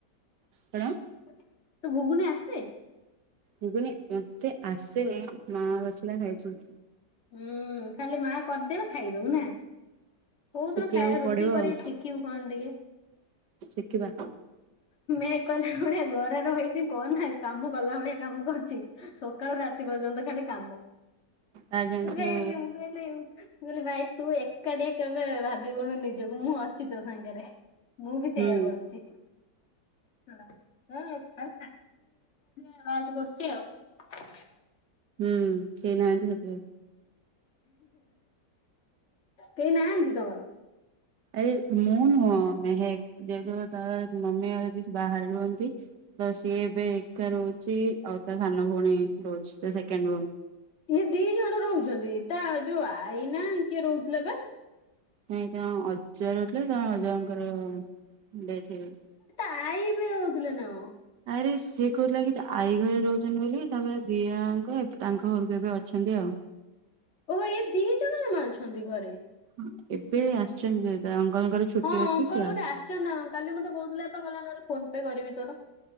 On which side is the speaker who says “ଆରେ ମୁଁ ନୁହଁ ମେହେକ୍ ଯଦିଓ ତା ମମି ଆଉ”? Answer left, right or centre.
Right